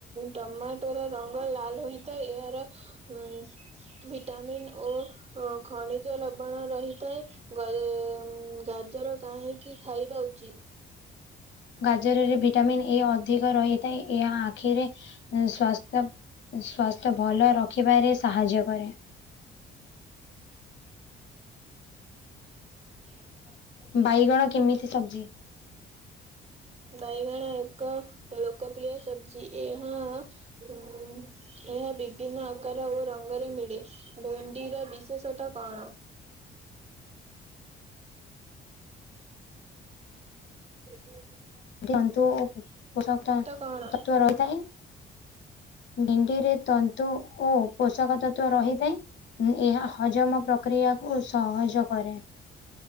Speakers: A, on the right; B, on the left.
A: ଟମାଟୋର ରଙ୍ଗ ଲାଲ ହୋଇଥାଏ ଏହାର। ଉଁ ଭିଟାମିିନ ଓ ଖଣିଜ ଲବାଣ ରହିଥାଏ। ଗଲ ଗାଜର କାହିଁକି ଖାଇବା ଉଚିତ?
B: ଗାଜରରେ ଭିଟାମିନ ଏ ଅଧିକ ରହିଥାଏ ଏହା ଆଖିରେ ସ୍ୱାସ୍ଥ୍ୟ ସ୍ଵାସ୍ଥ୍ୟ ଭଲ ରଖିବାରେ ସାହାଯ୍ୟ କରେ।
A: ହ
B: ବାଇଗଣ କେମିତି ସବଜି?
A: ବାଇଗଣ ଏକ ଲୋକପ୍ରିୟ ସବଜି ଏହା ଉ ଏହା ବିଭିନ୍ନ ଆକାର ଓ ରଙ୍ଗରେ ମିଳେ। ଭେଣ୍ଡିର ବିଶେଷତା କଣ? ହ
B: କ୍ଳାନ୍ତ ଓ ପୋଷାକତା ତତ୍ତ୍ୱ
A: କଣ?
B: ରହିଥାଏ। ଭେଣ୍ଡି ରେ ତନ୍ତୁ ଓ ପୋଷାକ ତତ୍ଵ ରହିଥାଏ। ଏହା ହଜମ ପ୍ରକ୍ରିୟା ସହଜ କରେ